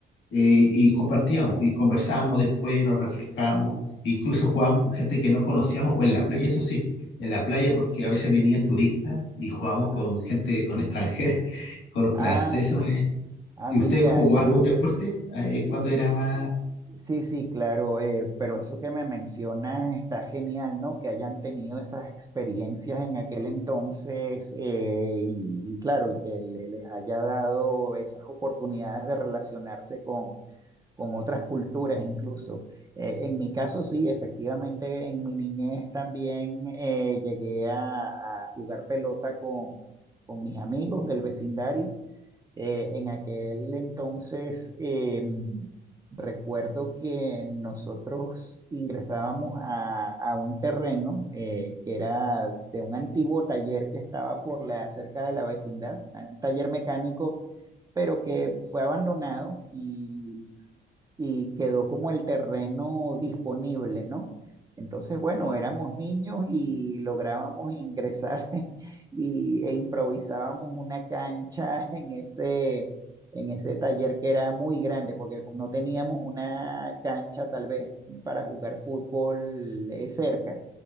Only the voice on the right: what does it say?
Ajá.
Ah,
ah,
mira,
sí.
Sí, sí, claro, eh, pero eso que me mencionas está genial, ¿no? Que hayan tenido esas experiencias en aquel entonces eh, y, y claro, y que le- les haya dado esas oportunidades de relacionarse con, con otras culturas incluso. Eh, en mi caso, sí, efectivamente, en mi niñez también eh, llegué a, a jugar pelota con, con mis amigos del vecindario. Eh, en aquel entonces eh, recuerdo que nosotros ingresábamos a, a un terreno eh, que era de un antiguo taller que estaba por la, cerca de la vecindad, un taller mecánico pero que fue abandonado y, y quedó como el terreno disponible, ¿no? Entonces, bueno, éramos niños y lográbamos ingresar <laughs> y, e improvisábamos una cancha <laughs> en ese, en ese taller que era muy grande, porque como no teníamos una cancha tal vez para jugar fútbol eh, cerca.